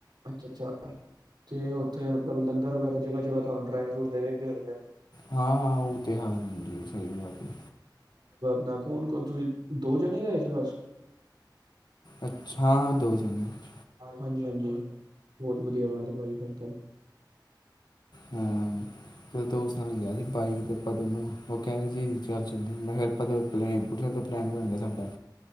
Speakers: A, on the right (about 70°); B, on the left (about 65°).
A: ਅੱਛਾ- ਅੱਛਾ ਤੇ ਉੱਥੇ ਲੰਗਰ ਵਗੈਰਾ ਜਗ੍ਹਾ -ਜਗ੍ਹਾ ਤੁਹਾਨੂੰ ਡਰਾਈ ਫਰੂਟ ਦੇਵੇਗੇ।
B: ਹਾਂ-ਹਾਂ ਉਹ ਤੇ ਹੈ ਜ ਸਹੀ ਬਾਤ ਹੈ।
A: ਨਾ ਕੌਣ ਤੁਸੀਂ ਦੋ ਜਾਣੇ ਗਏ ਸੀ। ਬਸ
B: ਅੱਛਾ। ਦੋ ਜਾਣੇਗੇ।
A: ਹਾਂਜੀ- ਹਾਂਜੀ ਬਹੁਤ ਵਧੀਆ ਗੱਲ ਹੈ ਭਾਜੀ ਫੇਰ ਤਾਂ।
B: ਹਾਂ। ਤੇ ਦੋਸਤ ਨਾਲ ਗਿਆ ਸੀ। ਬਾਈਕ ਤੇ ਆਪਾਂ ਦਨੂੰ ਉਹ ਕਹਿ ਰਹੇ ਸੀ। ਚੱਲਦੀ ਮੈਂ ਫਿਰ ਪਤਾ ਪਲੈ ਪੁੱਠਦਾ ਪਲੈਨ ਬਣ ਗਿਆ ਸਾਡਾ।